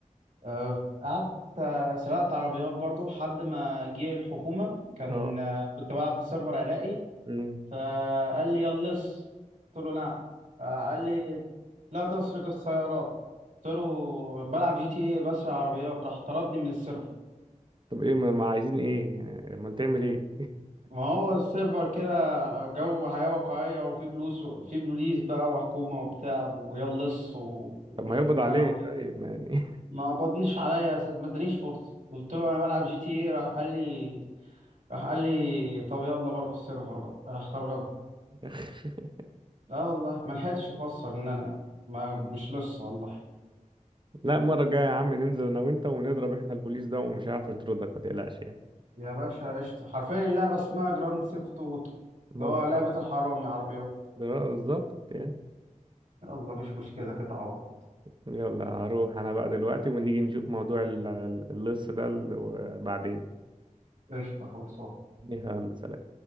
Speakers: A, on the right; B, on the right.
A: آه، قعدت آه، سرقت عربيات برضو لحد ما جه الحكومه كان
B: اه
A: آه، كنت بلعب في سيرفر عراقي
B: امم
A: فقال لي يا اللص قلت له نعم قال لي لا تسرق السيارات قلت له بلعب جي تي ايه بسرق عربيات راح طردني من السيرفر
B: طب ايه ما ما عايزين ايه يعني امال تعمل ايه
A: ما هو السيرفر كده جو حياة واقعية وفي بلوس في بوليس بقى وحكومة وبتاع ويا اللص و- ومحكمة
B: طب ما يقبض عليك
A: وكده
B: طيب ما يعني
A: ما قبضنيش عليا اساس ما ادانيش فرصة قلت له انا بلعب جي تي ايه راح قال لي راح قال لي طب يلا بره السيرفر بقى راح خرجني
B: <laughs>
A: لا والله ما لحقتش افسر ان انا ما مش لص والله
B: لا المره الجايه يا عم ننزل انا وانت ونضرب احنا البوليس ده ومش هيعرف يطردك ما تقلقش يعني
A: يا باشا قشطة حرفيا اللعبة اسمها جراند سيفت اوتو
B: ما
A: اللي
B: بالظبط
A: هو لعبة الحرامي عربيات
B: آه، بالظبط يعني
A: يلا مفيش مشكلة تتعوض
B: يلا هروح انا بقى دلوقتي ونيجي نشوف موضوع ال- ال- اللص ده ال- بعدين
A: قشطة خلصان
B: يلا سلام